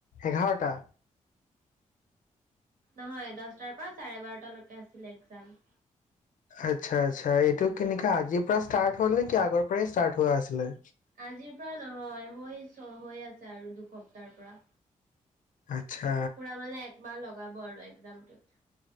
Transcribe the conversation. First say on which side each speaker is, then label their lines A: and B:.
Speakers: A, on the left; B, on the right.
A: এঘাৰটা
B: নহয় দহটাৰ পৰা চাৰে বাৰটালৈকে আছিলে একজাম
A: আচ্ছা আচ্ছা এইটো কেনেকা আজিৰ পৰা ষ্টাৰ্ট হল নে কি আগৰ পৰাই ষ্টাৰ্ট হোৱা আছিলে
B: আজিৰ পৰা নহয় হৈ হৈ আছে আৰু দু সপ্তাহ পৰা
A: আচ্ছা
B: পোৰা মানে একমাহ লগাব আৰু একজামটোত